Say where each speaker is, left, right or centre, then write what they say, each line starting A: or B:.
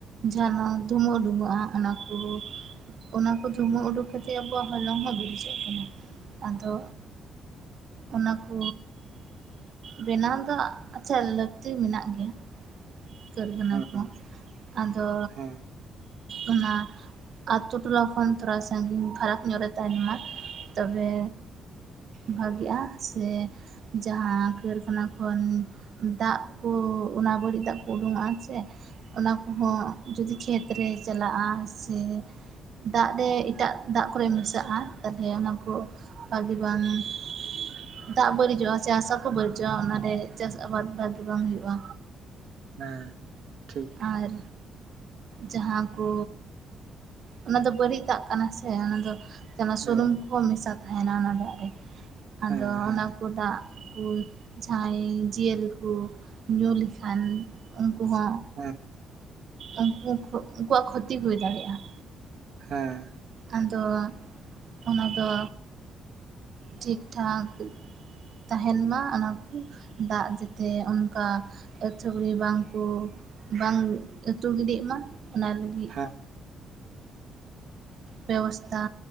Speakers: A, on the right (about 60°); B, on the right (about 70°).
A: ᱡᱟᱦᱟᱸᱱᱟᱜ ᱫᱷᱩᱢᱟᱹᱰᱩᱵᱚᱜᱼᱟ ᱚᱱᱟ ᱠᱚ ᱚᱱᱟ ᱠᱚ ᱫᱷᱩᱢᱟᱹ ᱩᱰᱩᱠ ᱠᱟᱛᱮᱫ ᱟᱵᱚᱣᱟᱜ ᱦᱚᱞᱚᱝ ᱦᱚᱸ ᱵᱟᱹᱲᱤᱡᱚᱜ ᱠᱟᱱᱟ ᱟᱫᱚ ᱚᱱᱟ ᱠᱚ ᱵᱮᱱᱟᱣ ᱫᱚ ᱟᱪᱪᱷᱟ ᱞᱟᱹᱠᱛᱤ ᱢᱮᱱᱟᱜ ᱜᱮᱭᱟ ᱠᱟᱹᱨᱜᱷᱟᱱᱟ
B: ᱦᱮᱸ
A: ᱠᱚ ᱟᱫᱚ
B: ᱦᱮᱸ
A: ᱚᱱᱟ ᱟᱛᱳ ᱴᱚᱞᱟ ᱠᱷᱚᱱ ᱛᱷᱚᱲᱟ ᱥᱟᱺᱜᱤᱧ ᱯᱷᱟᱨᱟᱠ ᱧᱚᱜ ᱨᱮ ᱛᱟᱦᱮᱱ ᱢᱟ ᱛᱚᱵᱮ ᱵᱷᱟᱜᱤᱮᱜᱼᱟ ᱥᱮ ᱡᱟᱦᱟᱸ ᱠᱟᱹᱨᱠᱷᱟᱱᱟ ᱠᱷᱚᱱ ᱫᱟᱜ ᱠᱚ ᱚᱱᱟ ᱵᱟᱹᱲᱤᱡ ᱫᱟᱜ ᱩᱰᱩᱝᱚᱜᱼᱟ ᱥᱮ ᱚᱱᱟ ᱠᱚᱦᱚᱸ ᱡᱩᱫᱤ ᱠᱷᱮᱛ ᱨᱮ ᱪᱟᱞᱟᱜᱼᱟ ᱥᱮ ᱫᱟᱜ ᱨᱮ ᱮᱴᱟᱜ ᱫᱟᱜ ᱠᱚᱨᱮ ᱢᱮᱥᱟᱜᱼᱟ ᱛᱟᱞᱚᱦᱮ ᱚᱱᱟᱠᱚ ᱯᱵᱤᱵᱟᱱ <unintelligible> ᱫᱟᱜ ᱵᱟᱹᱲᱤᱡᱚᱜᱼᱟ ᱦᱟᱥᱟ ᱠᱚ ᱵᱟᱹᱲᱤᱡᱚᱜᱼᱟ ᱚᱱᱟᱨᱮ ᱪᱟᱥ ᱟᱵᱟᱫᱽ ᱵᱷᱟᱜᱤ ᱵᱟᱝ ᱦᱩᱭᱩᱜᱼᱟ
B: ᱦᱮᱸ ᱴᱷᱤᱠ
A: ᱟᱨ ᱡᱟᱦᱟᱸ ᱠᱚ ᱚᱱᱟᱫᱚ ᱵᱟᱹᱲᱤᱡ ᱫᱟᱜ ᱠᱟᱱᱟ ᱥᱮ ᱚᱱᱟᱫᱚ ᱥᱩᱱᱩᱢ
B: ᱦᱮᱸ
A: ᱠᱚᱦᱚᱸ ᱢᱮᱥᱟ ᱛᱟᱦᱮᱱᱟ ᱚᱱᱟ ᱫᱟᱜ ᱨᱮ ᱟᱫᱚ
B: ᱦᱮᱸ ᱦᱮᱸ ᱦᱮᱸ
A: ᱚᱱᱟ ᱠᱚ ᱫᱟᱜ ᱠᱩ ᱡᱟᱦᱟᱸᱭ ᱡᱤᱭᱟᱹᱞᱤ ᱠᱩ ᱧᱩ ᱞᱮᱠᱷᱟᱱ ᱩᱱᱠᱩ ᱦᱚᱸ
B: ᱦᱮᱸ
A: ᱩᱱᱠᱩ ᱩᱱᱠᱩᱣᱟᱜ ᱠᱷᱚᱛᱤ ᱦᱩᱭ ᱫᱟᱲᱮᱭᱟᱜᱼᱟ
B: ᱦᱮᱸ
A: ᱟᱫᱚ ᱚᱱᱟᱫᱚ ᱴᱷᱤᱠ ᱴᱷᱟᱠ ᱛᱟᱦᱮᱱ ᱢᱟ ᱚᱱᱟ ᱠᱚ ᱫᱟᱜ ᱡᱟᱛᱮ ᱚᱱᱠᱟ ᱟᱹᱛᱷᱟᱹᱣᱲᱤ ᱵᱟᱝᱠᱚ ᱵᱟᱝ ᱟᱹᱛᱩ ᱜᱤᱰᱤᱜ ᱢᱟ ᱚᱱᱟ ᱞᱟᱹᱜᱤᱫ
B: <unintelligible>
A: ᱵᱮᱵᱚᱥᱛᱷᱟ